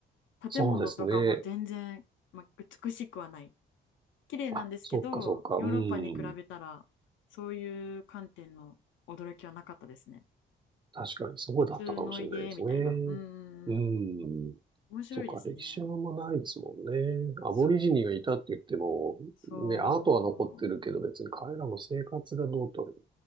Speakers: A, on the right; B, on the left.
A: そうですね。
B: 建物とかも全然、ま、美しくはない。綺麗なんですけど、
A: あ、そっかそっか。
B: ヨーロッパに比べたら、
A: うん。
B: そういう観点の驚きはなかったですね。
A: 確かにそうだったかもしれないですね。
B: 普通の家みたいな。うー
A: うん。
B: ん。面白いですね。
A: そっか、歴史はあんまないですもんね。アボリジニがいたって言っても、
B: そう。そう。
A: ね、アートは残ってるけど別に彼らの生活がどうってわけじゃ